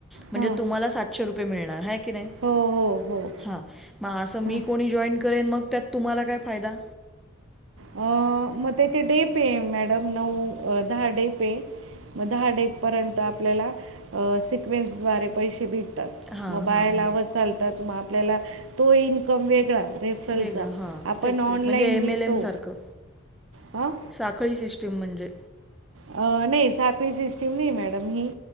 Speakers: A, in the centre; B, on the right (about 70°).
A: म्हणजे
B: हं.
A: तुम्हाला सातशे रुप य मिळणार हाय की नाही,
B: हो हो हो
A: हा म असं मी
B: हं.
A: कोणी जॉईन करेन मग त्यात तुम्हाला काय फायदा?
B: अह मग तेचे डे पे, मॅडम नऊ-दहा डे पे मग दहा डे पर्यंत आपल्याला सिक्वेन्स दवारे पैसे भे तात
A: हां
B: मग बाई
A: हां
B: लावत
A: हां
B: चालतात मग आपल्याला तो इन्कम वेगळा. रेफरलचा
A: वेगळं हां
B: आपण
A: तेच
B: ऑनलाईन
A: तेच म्हणजे एम
B: विकतो
A: एल एमसारखं
B: अ?
A: साखळी सिस्टीम म्हणजे
B: अ नाही साखळी सिस्टीम नाही मॅडम ही.